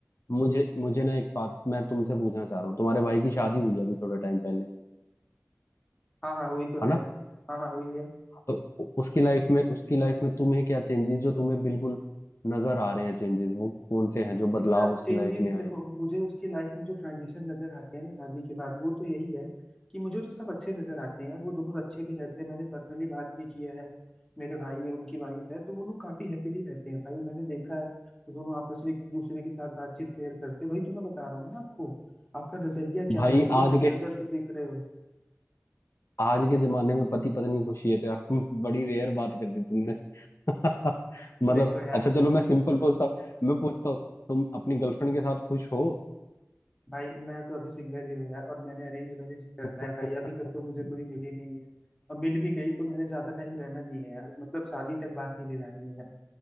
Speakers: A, on the left; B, on the left.
A: मुझे मुझे ना एक बात मैं तुमसे पूछना चाह रहा हूँ तुम्हारे भाई की शादी हुई अभी थोड़े टाइम पहले
B: हाँ हाँ हुई तो
A: है
B: है
A: ना
B: हाँ हाँ हुई है
A: तो उ- उसकी लाइफ में उसकी लाइफ में तुम्हें क्या चेंजेस जो तुम्हें बिल्कुल नजर आ रहे हैं चेंजेस वो कौन से हैं जो
B: देखो
A: बदलाव
B: यार
A: उसकी
B: चेंजेस
A: लाइफ में आए
B: देखो
A: हैं
B: मुझे उसकी लाइफ में जो ट्रांजिशन नजर आते हैं ना शादी के बाद वो तो यही है कि मुझे तो सब अच्छे नजर आते हैं यार वो दोनों अच्छे भी रहते हैं मैंने पर्सनली बात भी किया है मेरे भाई है उनकी वाइफ है तो वो लोग काफी हैप्पीली रहते हैं भाई मैंने देखा है वो दोनों आपस में एक दूसरे के साथ बातचीत शेयर करते हैं वही तो मैं बता रहा हूँ ना आपको आपका नजरिया क्या
A: भाई
B: है आप किस
A: आज के
B: नजर से देख रहे हो
A: आज के जमाने में पति पत्नी खुशी है तो यार <laughs> बड़ी रेयर बात कर दी तुमने <laughs>
B: <laughs>
A: मतलब
B: देखो यार
A: अच्छा चलो मैं सिंपल पूछता हूँ मैं पूछता हूँ तुम अपनी गर्लफ्रेंड के साथ खुश हो
B: भाई मैं तो अभी सिंगल ही हूँ यार और मैंने अरेंज मैरिज ही करना
A: <laughs>
B: है भाई अभी तक तो मुझे कोई मिली नहीं है और मिल भी गई तो मैंने ज्यादा टाइम रहना नहीं है यार मतलब शादी तक बात नहीं ले जानी है यार